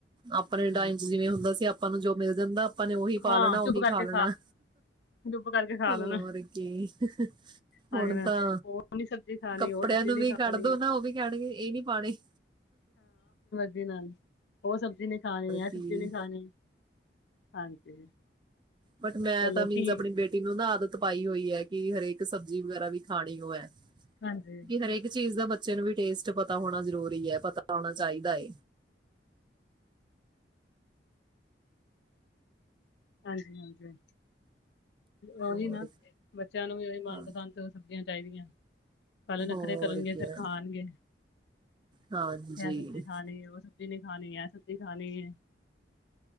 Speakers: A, on the right; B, on the left.
A: ਆਪਣੇ ਟਾਈਮ
B: ਹਾਂਜੀ
A: ਚ ਜਿਵੇਂ ਹੁੰਦਾ ਸੀ ਆਪਾਂ ਨੂੰ ਜੋ ਮਿਲ ਜਾਂਦਾ ਆਪਾਂ ਨੇ ਉਹੀ ਪਾ
B: ਹਾਂ
A: ਲੈਣਾ ਉਹੀ
B: ਚੁੱਪ
A: ਖਾ
B: ਕਰਕੇ
A: ਲੈਣਾ
B: ਚੁੱਪ ਕਰਕੇ ਖਾ
A: ਹੋਰ
B: ਲੈਣਾ
A: ਕੀ ਹੁਣ
B: ਆ ਜਾਣਾ
A: ਤਾਂ
B: ਉਹ ਨੀ ਸਬਜ਼ੀ ਖਾਣੀ
A: ਕੱਪੜਿਆਂ
B: ਉਹ ਸਬਜ਼ੀ
A: ਨੂੰ
B: ਨੀ
A: ਵੀ
B: ਖਾਣੀ
A: ਕੱਢ ਦੋ ਨਾ ਉਹ ਵੀ ਕਹਿਣਗੇ ਇਹ ਨੀ ਪਾਣੀ
B: ਦੇ ਨਾਲ ਉਹ ਸਬਜ਼ੀ ਨਹੀਂ ਖਾਣੀ ਇਹ
A: ਕੀ
B: ਸਬਜ਼ੀ ਨਹੀਂ ਖਾਣੀ ਹਾਂਜੀ
A: ਬਟ ਮੈਂ
B: ਚਲੋ
A: ਤਾਂ ਮੀਨਸ
B: ਠੀਕ
A: ਆਪਣੀ ਬੇਟੀ ਨੂੰ ਨਾ ਆਦਤ ਪਾਈ ਹੋਈ ਹੈ ਕਿ ਹਰੇਕ ਸਬਜ਼ੀ ਵਗੈਰਾ ਵੀ ਖਾਣੀ ਹੋ ਹੈ
B: ਹਾਂਜੀ
A: ਕਿ ਹਰੇਕ ਚੀਜ਼ ਦਾ ਬ ਬੱਚੇ ਨੂੰ ਵੀ ਟੇਸਟ ਪਤਾ ਹੋਣਾ ਜ਼ਰੂਰੀ ਹੈ ਪਤਾ ਹੋਣਾ ਚਾਹੀਦਾ ਹੈ
B: ਹਾਂਜੀ ਹਾਂਜੀ ਉਹੀ
A: ਹੋਰ
B: ਨਾ ਬੱਚਿਆਂ ਨੂੰ ਵੀ ਉਹੀ ਮਨਪਸੰਦ
A: ਹਾਂ
B: ਸਬਜ਼ੀਆਂ ਚਾਹੀਦੀਆਂ ਪਹਿਲੇ ਨਖਰੇਕਰਨਗੇ
A: ਹੋਰ ਕਿਆ
B: ਫੇਰ ਖਾਣਗੇ
A: ਹਾਂਜੀ।
B: ਕਿਆ ਸਬਜ਼ੀ ਖਾਣਗੇ ਉਹ ਸਬਜ਼ੀ ਨਹੀਂ